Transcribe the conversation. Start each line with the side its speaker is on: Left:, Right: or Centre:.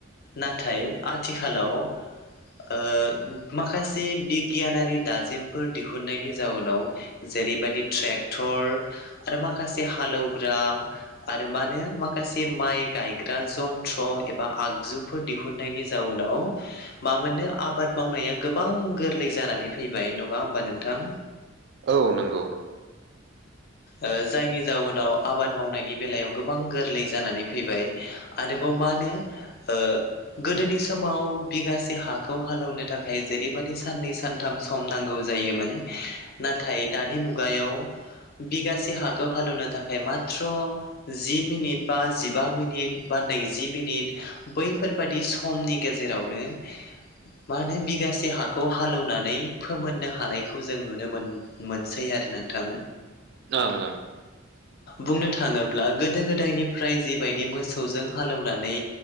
Left: नाथाय
Right: औ
Left: आथिखालाव ओ माखासे बिगियानारि दाजिमफोर दिहुननायनि जाउनाव ज जेरैबायदि ट्रेक्टर आरो माखासे हालौवग्रा आरो मा होनो माखासे माइक गायग्रा जन्थ्र एबा आगजुफोर दिहुननायनि जाउनाव मामोननो आबाद मावनाया गोबां गोरलै जानानै फैबाय नंङा होमबा नोंथां
Right: औ नंगौ
Left: ओ जायनि जाउनाव आबाद मावनायनि बेलायाव गोबां गोरलै जानानै फैबाय आरोबाव मा होनो ओ गोदोनि समाव बिगासे हाखौ हालौनो थाखाय जेरैबायादि साननै सानथाम सम नांगौ जायोमोन नाथाय दानि मुगायाव बिगासे हाखौ हालौनो थाखाय माथ्र जि मिनिट बा जिबा मिनिट बा नैजि मिनिट बैफोरबादि समनि गेजेरावनो मा होनो बिगासे हाखौ हालौनानै फोमोननो हानायखौ जों नुनो मोन मोनसै आरो थां
Right: ओं
Left: बुंनो थांङोब्ला गोदो गोदायनिफ्राय जिबायदि मोसौजों हालौनानै